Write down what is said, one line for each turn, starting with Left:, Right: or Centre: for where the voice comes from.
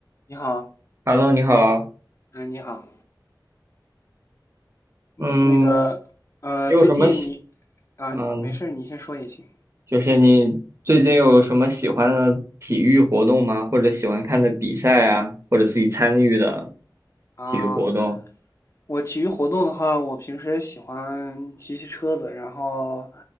Left: 你好，
Right: Hello，你好。
Left: 嗯，你好，
Right: 嗯，
Left: 那个，呃，
Right: 你有什么喜，
Left: 最近你，啊，
Right: 嗯，
Left: 没事儿，你先说也行
Right: 就是你最近有什么喜欢的体育活动吗？或者喜欢看的比赛啊，或者自己参与的
Left: 啊。
Right: 体育活动
Left: 我体育活动的话，我平时喜欢骑骑车子，然后，